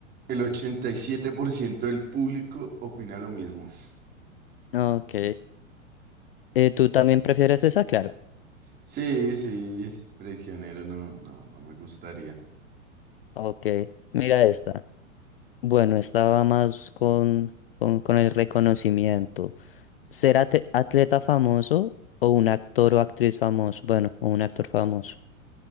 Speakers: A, on the right (about 25°); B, on the left (about 50°).
A: El 87% del público opina lo mismo.
B: Ok. Eh, ¿tú también prefieres esa? Claro.
A: Sí, sí, es prisionero no, no, no me gustaría.
B: Ok, mira esta. Bueno, esta va más con, con, con el reconocimiento. ¿Ser ate- atleta famoso o un actor o actriz famoso? Bueno, o un actor famoso.